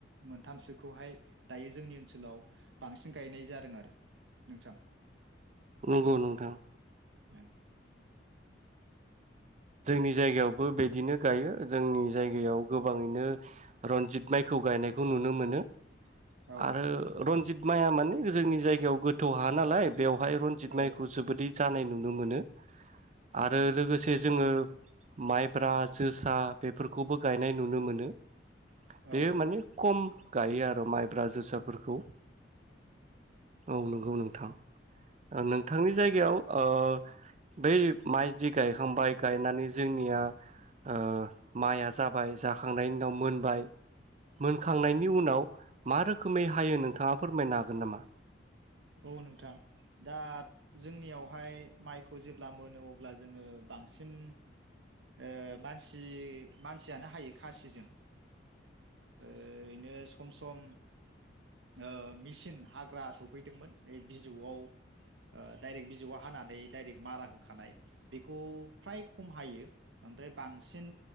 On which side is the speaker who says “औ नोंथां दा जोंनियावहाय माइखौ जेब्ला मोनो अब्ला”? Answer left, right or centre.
Right